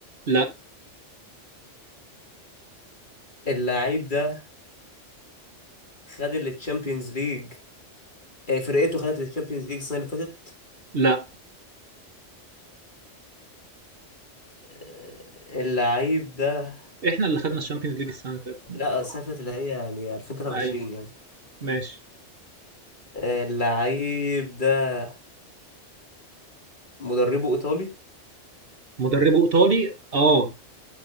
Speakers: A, on the right (about 55°); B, on the left (about 40°).
A: لأ،
B: اللعيب ده خد التشامبيونز ليج آه، فرقته خدت التشامبيونز ليج السنه اللي فاتت
A: لأ،
B: آه، اللعيب ده
A: إحنا اللي خدنا الشامبيونز ليج السنة اللي فاتت.
B: لا السنه اللي فاتت اللي هي يعني 2023
A: أيوه،
B: يعني
A: ماشي.
B: آه، اللعيب ده مدربه ايطالي
A: مدربه إيطالي آه،